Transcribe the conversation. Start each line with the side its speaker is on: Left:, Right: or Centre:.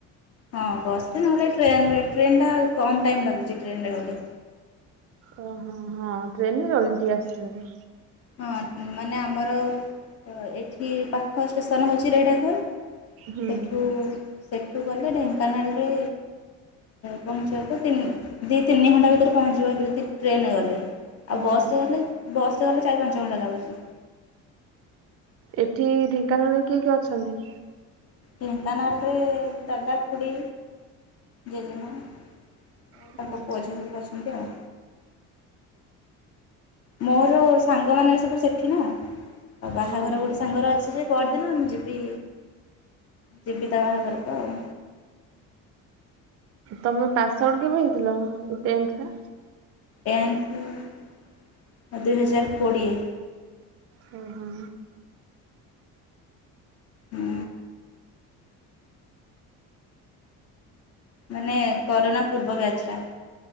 Left: ହଁ ବସ୍ ରେ ନହେଲେ ଟ୍ରେନରେ ଟ୍ରେନ୍ ଟା କମ୍ ଟାଇମ୍ ଲାଗୁଛି ଟ୍ରେନ୍ ରେ ଗଲେ।
Right: ଓହୋ ହଁ ହଁ ଟ୍ରେନ ରେ ଜଲଦି ଟିକେ ଆସିହେବ।
Left: ହଁ ମାନେ ଆମର ଏଠି ପାଖ ଷ୍ଟେସନ ହେଉଛି ରେଢାଖୋଲ।
Right: ହୁଁ
Left: ସେଠୁ ସେଠୁ ଗଲେ ଢେଙ୍କାନାଳରେ ପହଞ୍ଚିବାକୁ ତିନି ଦି ତିନି ଘଣ୍ଟା ଭିତରେ ପହଞ୍ଚିବ ଯଦି ଟ୍ରେନ୍ ଗଲେ। ଆଉ ବସ୍
Right: ହଁ
Left: ରେ ଗଲେ ବସ୍ ରେ ଗଲେ ଚାରି ପାଞ୍ଚ ଘଣ୍ଟା ଲାଗୁଛି।
Right: ଏଠି ଢେଙ୍କାନାଳ ରେ କିଏ କିଏ ଅଛନ୍ତି?
Left: ଢେଙ୍କାନାଳ ରେ ଦାଦା ଖୁଡ଼ି ଜେଜେମା। ଆଉ
Right: ଆଚ୍ଛା।
Left: ତାଙ୍କ ପୁଅ ଝିଅ ସବୁ ଅଛନ୍ତି ଆଉ। ମୋର ସାଙ୍ଗମାନେ ସବୁ ସେଠି ନା ଆଉ ବାହାଘର
Right: ହଁ
Left: ଗୋଟେ ସାଙ୍ଗର ଅଛି ଯେ ପରଦିନ ମୁଁ ଯିବି ଯିବି ତା ବାହାଘରକୁ ଆଉ।
Right: ତମେ ପାସ୍ ଆଉଟ କେବେ ହେଇଥିଲ ଟେନ୍ଥରେ।
Left: ଟେନ୍ଥ ଦୁଇ ହଜାର କୋଡ଼ିଏ।
Right: ‌ହିଁ ହୁଁ
Left: ହୁଁ ମାନେ କରୋନା ପୂର୍ବ ବ୍ୟାଚ୍ ଟା।